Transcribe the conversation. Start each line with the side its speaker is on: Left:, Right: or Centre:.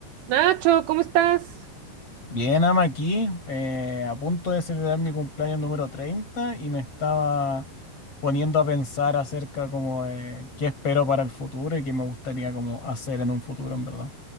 Right: Nacho, ¿cómo estás?
Left: Bien, ama aquí, eh, a punto de celebrar mi cumpleaños número 30 y me estaba poniendo a pensar acerca como de qué espero para el futuro y qué me gustaría como hacer en un futuro, en verdad.